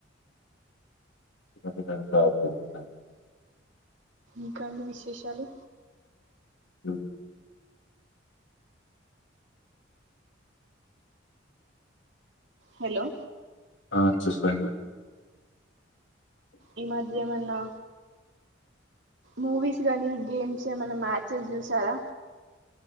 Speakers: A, on the left; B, on the right.
A: <inaudible>
B: ఇంకా ఆండి విశేషాలు
A: ఉ
B: హలో
A: ఆ చెప్పండి
B: ఈ మధ్యమన్నా మూవీస్ గానీ గేమ్స్ ఏమైన్నా మ్యాచెస్ చూసారా